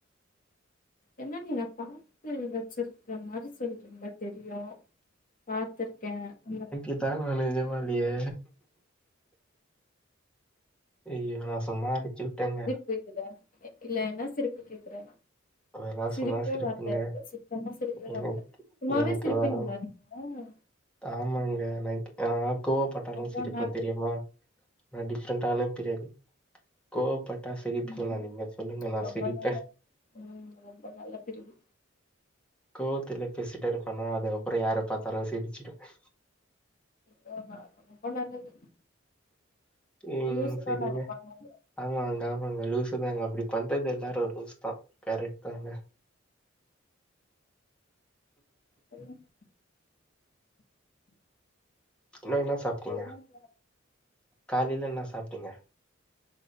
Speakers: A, on the left (about 45°); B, in the centre.
A: என்ன நீங்க பாத்து வெச்சிருக்கிற மாரி சொல்றீங்க தெரியு பாத்திருக்கே அந்த மாரி
B: இதா நா நெஜமாலயே ஐய்யோ நா சும்மா அடிச்சு விட்டேங்க
A: கேக்குதா இல்ல என்ன சிரிப்பி கேக்குறே
B: அதெல்லா
A: சிரிப்பே
B: சும்மா சிரிப்புங்க
A: வர்ல இல்ல சுத்தமா சிரிப்பே
B: எனக்
A: வர்ல சும்மாவே
B: எனக்கு
A: சிரிப்பீங்களா
B: வர
A: நீங்க
B: ஆமாங்க நைட் ஆ கோவப்பட்டாலு
A: அதா
B: சிரிப்ப
A: ஹேபிட்
B: தெரியுமா நா டிஃப்ரெண்டான பிரவி கோவப்பட்டா சிரிப்பிங்களா
A: ம்
B: நீங்க சொல்லுங்க நா
A: ரொம்ப
B: சிரிப்பே
A: நல்லது ம் ரொம்ப நல்ல பிரிவு
B: கோவத்துல பேசிட்டா இருப்பனா அது அப்றோ யார பாத்தாலு சிரிச்சுடுவே
A: <inaudible> ரொம்ப நல்லது
B: ம்
A: லூசு
B: சரிங்க.
A: தா நெனைப்பாங்க எல்லாரு
B: ஆமாங்க ஆமாங்க லூசு தாங்க அப்டி பண்றது எல்லாரு ஒரு லூசு தா கரெக்ட்
A: ம்
B: தாங்க <inaudible>
A: சொல்லுங்க
B: என்ன என்ன சாப்ட்டீங்க
A: சொல்லுங்க
B: காலில என்ன சாப்ட்டீங்க